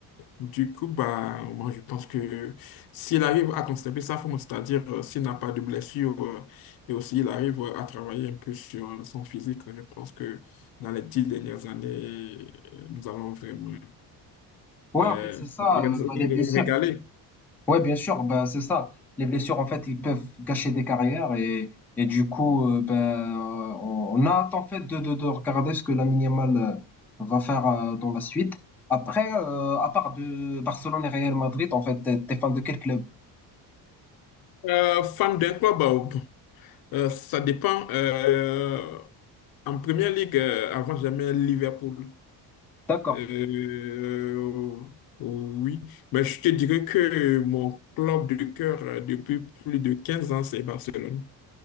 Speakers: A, on the left (about 60°); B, in the centre.
A: du coup, bah, moi, je pense que s'il arrive à conserver sa forme, c'est-à-dire euh, s'il n'a pas de blessure euh, et aussi il arrive euh, à travailler un peu sur euh, son physique, je pense que dans les dix dernières années, euh, nous allons vraiment
B: Ouais,
A: euh,
B: en fait, c'est ça,
A: c'est-à-dire
B: euh,
A: nous
B: bah, les blessures.
A: régaler.
B: Ouais, bien sûr, bah, c'est ça. Les blessures, en fait, ils peuvent gâcher des carrières et, et du coup, euh, ben, euh, on on a hâte, en fait, de, de, de regarder ce que Lamine Yamal euh, va faire euh, dans la suite. Après, euh, à part de Barcelone et Real Madrid, en fait, t'es t'es fan de quel club?
A: Euh, fan d'un club, bah, bon, euh, ça dépend. Euh, en première ligue, euh, avant, j'aimais Liverpool.
B: D'accord,
A: Euh, oh, oh, oui, mais je te dirais que mon club de cœur euh, depuis plus de 15 ans, c'est Barcelone.